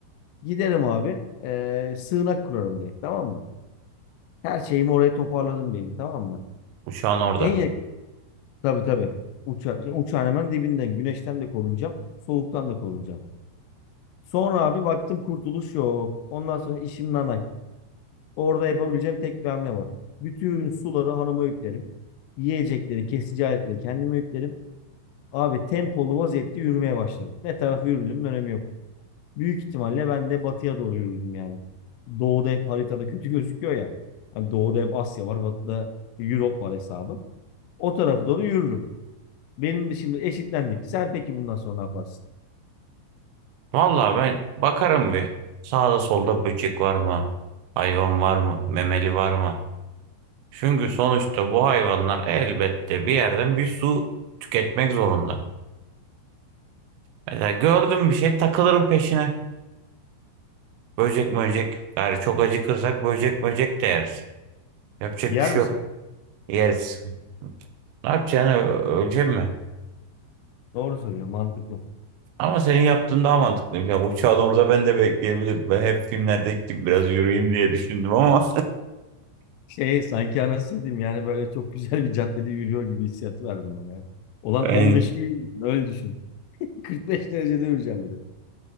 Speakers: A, on the left; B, on the right.
A: Giderim abi. Ee, sığınak kurarım direkt tamam mı? Her şeyimi oraya toparladım benim tamam mı?
B: uçağın orada.
A: En yakın tabii tabii. Uça şey, uçağın hemen dibinden. Güneşten de korunacağım. Soğuktan da korunacağım. Sonra abi baktım kurtuluş yok. Ondan sonra işim nanay. Orada yapabileceğim tek bir hamle var. Bütün suları hanıma yüklerim. Yiyecekleri, kesici aletleri kendime yüklerim. Abi tempolu vaziyette yürümeye başladım. Ne tarafa yürüdüğümün önemi yok. Büyük ihtimalle ben de batıya doğru yürürdüm yani. Doğuda hep haritada kötü gözüküyor ya. Hani doğuda hep Asya var, batıda Europe var hesabı. O tarafa doğru yürürüm. Benim de şimdi eşitlendik. Sen peki bundan sonra ne yaparsın?
B: Vallahi ben bakarım bir. Sağda solda böcek var mı? Hayvan var mı? Memeli var mı? Çünkü sonuçta bu hayvanlar elbette bir yerden bir su tüketmek zorunda. Mesela gördüm bir şey takılırım peşine. Böcek böcek. Gayrı çok acıkırsak böcek böcek de yeriz. Yapacak
A: Yer
B: bir şey
A: misin?
B: yok. Yeriz. Ne yapacaksın? Ö- Ölecek mi?
A: Doğru söylüyorum, mantıklı.
B: Ama senin yaptığın daha mantıklı. Yani uçağın orada ben de bekleyebilirim. Ben hep filmlerdeki gibi biraz yürüyeyim diye düşündüm ama.
A: Şey sanki anasını diyeyim yani böyle çok güzel bir caddede yürüyor gibi hissiyatı verdim bana ya. Olan
B: <laughs> Aynen.
A: 15 gün öyle düşün. <laughs> 45 derecede yürüyeceğim bir de.